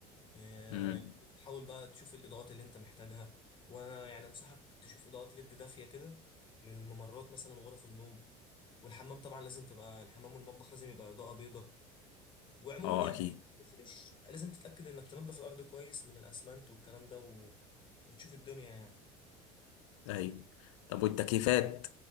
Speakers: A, on the left; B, on the left.
A: آه،
B: امم
A: تحاول بقى تشوف الاضاءات اللي انت محتاجها وانا يعني انصحك تشوف اضاءات ليد دافيه كده للممرات مثلا وغرف النوم والحمام طبعا لازم تبقى الحمام والمطبخ لازم يبقى اضاءه بيضاء وعموما
B: اه
A: يعني
B: اكيد
A: تفرش لازم تتاكد انك تنضف الارض كويس من الاسمنت والكلام ده و... وتشوف الدنيا يعني
B: ايوه طب والتكييفات